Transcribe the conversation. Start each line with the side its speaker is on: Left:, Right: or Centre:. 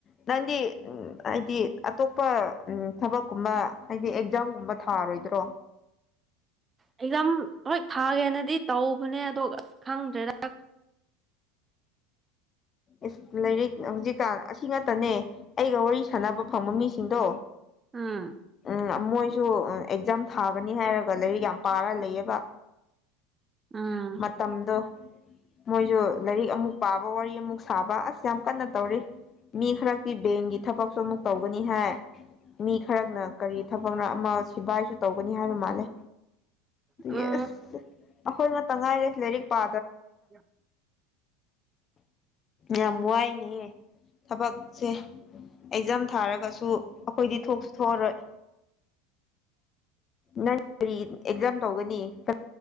Left: ꯅꯪꯗꯤ ꯎ ꯍꯥꯏꯗꯤ ꯑꯇꯣꯞꯄ ꯎ ꯊꯕꯛꯀꯨꯝꯕ ꯍꯥꯏꯗꯤ ꯑꯦꯛꯖꯥꯝ ꯇꯝꯕ ꯊꯥꯔꯣꯏꯗ꯭ꯔꯣ
Right: ꯑꯦꯛꯖꯥꯝ ꯍꯣꯏ ꯊꯥꯒꯦꯅꯗꯤ ꯇꯧꯕꯅꯦ ꯑꯗꯣ ꯑꯁ ꯈꯪꯗ꯭ꯔꯦꯗ
Left: ꯏꯁ ꯂꯥꯏꯔꯤꯛ ꯍꯧꯖꯤꯛꯀꯥꯟ ꯑꯁꯤ ꯉꯛꯇꯅꯦ ꯑꯩꯒ ꯋꯥꯔꯤ ꯁꯥꯟꯅꯕ ꯐꯪꯕ ꯃꯤꯁꯤꯡꯗꯣ
Right: ꯎꯝ
Left: ꯎꯝ ꯃꯣꯏꯁꯨ ꯑꯦꯛꯖꯥꯝ ꯊꯥꯕ꯭ꯔꯥ ꯅꯤ ꯍꯥꯏꯔꯒ ꯂꯥꯏꯔꯤꯛ ꯌꯥꯝ ꯄꯥꯔ ꯂꯩꯌꯦꯕ
Right: ꯎꯝ
Left: ꯃꯇꯝꯗꯣ ꯃꯣꯏꯁꯨ ꯂꯥꯏꯔꯤꯛ ꯑꯃꯨꯛ ꯄꯥꯕ ꯋꯥꯔꯤ ꯑꯃꯨꯛ ꯁꯥꯕ ꯑꯁ ꯌꯥꯝ ꯀꯟꯅ ꯇꯧꯔꯤ ꯃꯤ ꯈꯔꯛꯇꯤ ꯕꯦꯡꯒꯤ ꯊꯕꯛꯁꯨ ꯑꯃꯨꯛ ꯇꯧꯒꯅꯤ ꯍꯥꯏ ꯃꯤ ꯈꯔꯛꯅ ꯀꯔꯤ ꯊꯕꯛꯅ ꯑꯃ ꯁꯤꯐꯏꯁꯨ ꯇꯧꯒꯅꯤ ꯍꯥꯏꯕ ꯃꯥꯜꯂꯦ
Right: ꯎꯝ
Left: ꯌꯦꯁ ꯑꯩꯈꯣꯏ ꯉꯇ ꯉꯥꯏꯔꯦ ꯂꯥꯏꯔꯤꯛ ꯄꯥ
Right: ꯀ
Left: ꯌꯥꯝ ꯋꯥꯏꯅꯦ ꯊꯕꯛ ꯁꯦ ꯑꯩꯖꯝ ꯊꯥꯔꯒꯁꯨ ꯑꯩꯈꯣꯏꯗꯤ ꯊꯣꯛꯁꯨ ꯊꯣꯛꯑꯔꯣꯏ ꯃꯪ ꯀꯔꯤ ꯑꯦꯛꯖꯥꯝ ꯇꯧꯒꯅꯤ ꯀ